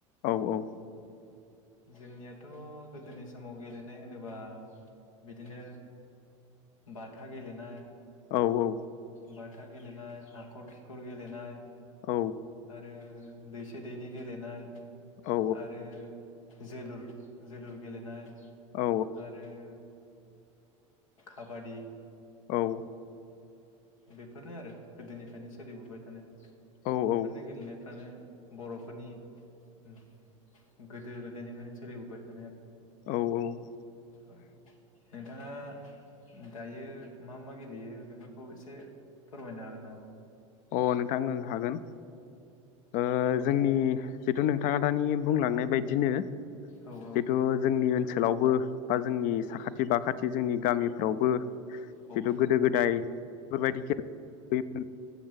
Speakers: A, on the left (about 55°); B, on the left (about 80°).
A: औ औ।
B: जोंनियाथ' गोदोनि समाव गेलेनाय होनोब्ला बिदिनो बाथा गेलेनाय
A: औ औ।
B: बाथा गेलेनाय हाखर खिखर गेलेनाय
A: औ
B: आरो दैसे दैनि गेलेनाय
A: औ
B: आरो जोलुर जोलुर गेलेनाय
A: औ
B: आरो खाबादि
A: औ
B: बेफोरनो आरो गोदोनिफ्रायनो सोलिबोबाय थानाय
A: औ
B: बेफोरनो गेलेनायफ्रानो बर'फोरनि उम गोदो गोदायनिफ्रायनो सोलिबोबाय थानाय आरो
A: औ औ
B: औ <unintelligible> बिथाङा दायो मा मा गेलेयो बेफोरखौ एसे फोरमायनो हागोन नामा?
A: अ नोंथां ओं हागोन ओ
B: हागोन
A: जोंनि जिथु नोंथाङा दानि बुंलांनाय बायदिनो
B: नामा
A: जिथु जोंनि ओनसोल ओनसोलावबो बा जोंनि साखाथि बाखाथि जोंनि गामिफ्रावबो जिथ'
B: औ
A: गोदो गोदाय बेफोरबायदि <unintelligible>